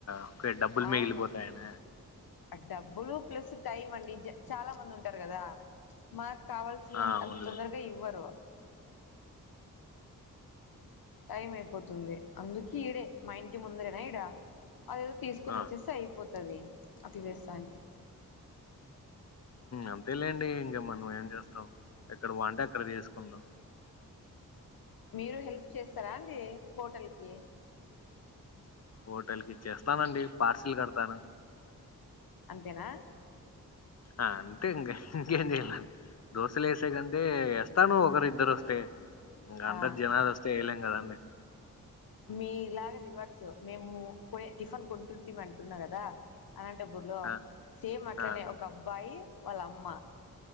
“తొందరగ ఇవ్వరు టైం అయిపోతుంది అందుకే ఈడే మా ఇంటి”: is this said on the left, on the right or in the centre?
Left